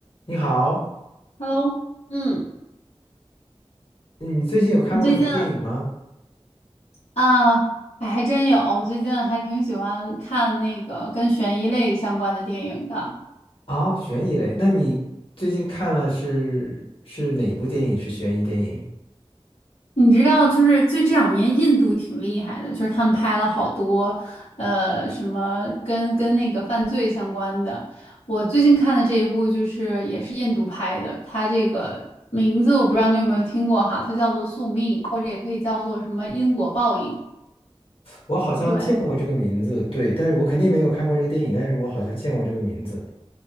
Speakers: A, on the left; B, on the left.
A: 你好，
B: Hello，嗯，
A: 你最近有看过什么电影吗？
B: 我最近啊，哎还真有，我最近还挺喜欢看那个跟悬疑类相关的电影的。
A: 哦，悬疑类，那你最近看了是是哪部电影？是悬疑电影？
B: 你知道，就是最这两年印度挺厉害的，就是他们拍了好多，呃，什么跟跟那个犯罪相关的。我最近看的这一部就是也是印度拍的，它这个名字我不知道你有没有听过哈，它叫做《宿命》，或者也可以叫做什么因果报应。
A: 我好像见过这个名字，
B: 对，
A: 对，但是我肯定没有看过这个电影，但是我好像见过这个名字。